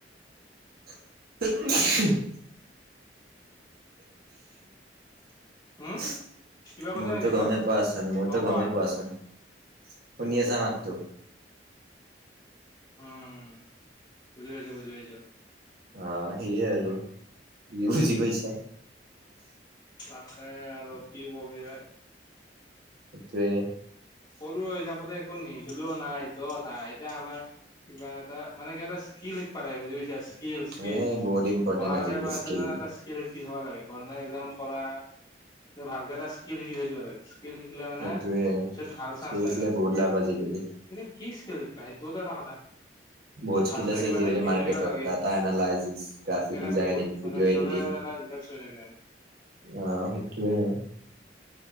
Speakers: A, on the right; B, on the left.
A: <unintelligible> <inaudible>
B: হম কিবা কৈছা
A: মূৰ্তো
B: নেকি হেল্ল'
A: গমে পোৱাচোন মূৰ্তো
B: অ
A: গমে
B: কোৱা
A: পোৱাচন। শুনি আছা মাতটো?
B: উম বুজি পাইছ বুজি পাইছ।
A: অ' সেয়ে আৰু তোমি বুজি পাইছা?
B: তাকে আৰু কি কবি?
A: সেইটোৱে।
B: সৰু হৈ থাকোতে একো নিশিকিলোও নাই সেইটোও কথা এতিয়া আমাৰ কিবা এটা মানে কিব এটা স্কিল্ল বুজি পাইছ? স্কিল স্কিল
A: এ বহুত ইম্পৰ্টেণ্ট
B: পঢ়াতে
A: আজিকালি
B: বাে
A: স্কিল
B: এটা স্কিল কি থব লাগে গৰমেন একমজাম কৰা ভালকে এটা স্কিল শিকি থৈ দিব লাগে স্কিল শিকিলে মানে
A: সেইটোৱে।
B: ত' ভাল চান্স
A: স্কিল
B: হয়
A: শিকিলে
B: মানে
A: বহুত লাভ আজিকালি
B: কিন্তু কি স্কেল শা সেইটোতো এটা কথা?
A: বহুত স্কিল
B: ভাল চাই
A: আছে
B: কিবা
A: আজিকালি
B: এটা শিকি
A: মাৰ্কেটত
B: থৈ দিবা লাগে
A: ডাটা এনালাইচিছ গ্ৰাফিক
B: সেইে
A: ডিজাইনিং
B: বহুত মানে
A: ভিডিঅ'
B: পিছলে
A: এডিটিং
B: আৰু এটা <unintelligible>
A: অ' সেইটোৱে।